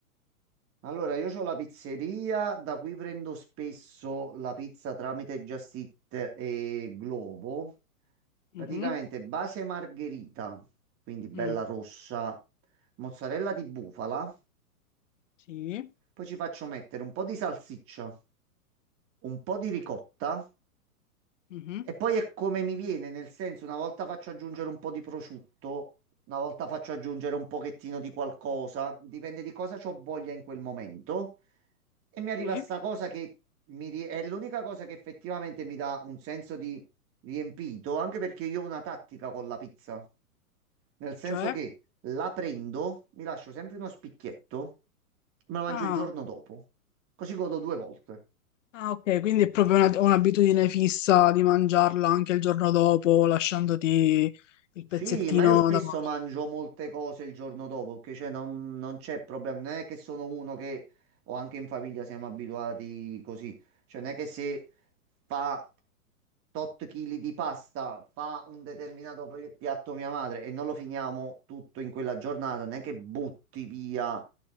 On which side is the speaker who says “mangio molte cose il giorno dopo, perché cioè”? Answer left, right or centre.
Right